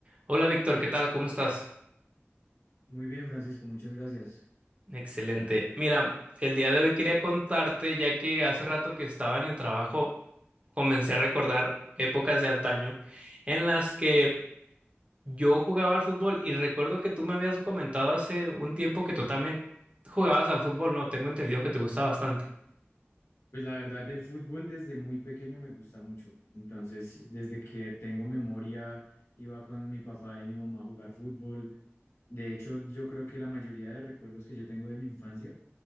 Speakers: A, on the right; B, on the left.
A: Hola Víctor, ¿qué tal? ¿Cómo estás?
B: Muy bien, Francisco, muchas gracias.
A: Excelente. Mira, el día de hoy quería contarte, ya que hace rato que estaba en el trabajo, comencé a recordar épocas de antaño en las que yo jugaba al fútbol y recuerdo que tú me habías comentado hace un tiempo que tú también jugabas al fútbol, ¿no? Tengo entendido que te gusta bastante.
B: Pues la verdad, del fútbol desde muy pequeño me gusta mucho. Entonces, desde que tengo memoria, iba con mi papá y mi mamá a jugar fútbol. De hecho, yo creo que la mayoría de recuerdos que yo tengo de mi infancia